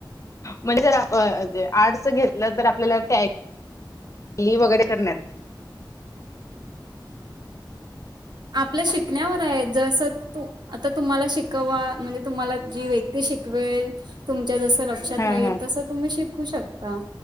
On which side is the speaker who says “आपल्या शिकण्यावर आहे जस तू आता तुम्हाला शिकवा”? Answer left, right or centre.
Right